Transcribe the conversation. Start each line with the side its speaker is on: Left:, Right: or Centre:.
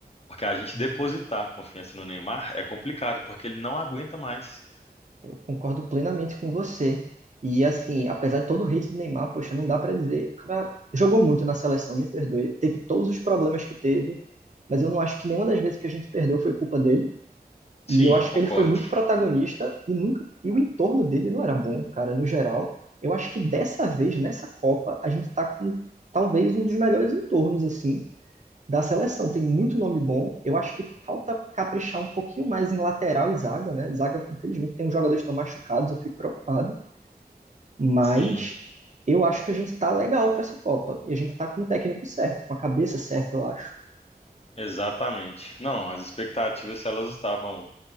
Left: Porque a gente depositar a confiança no Neymar é complicado, porque ele não aguenta mais.
Right: Concordo plenamente com você. E assim, apesar de todo o hate de Neymar, poxa, não dá pra dizer. O cara jogou muito na seleção, me perdoe. Teve todos os problemas que teve, mas eu não acho que nenhuma das vezes que a gente perdeu foi culpa dele. E
Left: Sim,
Right: eu acho
Left: concordo.
Right: que ele foi muito protagonista e nunca e o entorno dele não era bom, cara, no geral. Eu acho que dessa vez, nessa Copa, a gente tá com talvez um dos melhores entornos assim da seleção. Tem muito nome bom. Eu acho que falta caprichar um pouquinho mais em lateral e zaga, né? Zaga, infelizmente, tem uns jogadores que estão machucados, eu fico preocupado. Mas
Left: Sim,
Right: eu acho que a gente tá legal para essa Copa. E a gente tá com o técnico certo, com a cabeça certa, eu acho.
Left: exatamente. Não, as expectativas, se elas estavam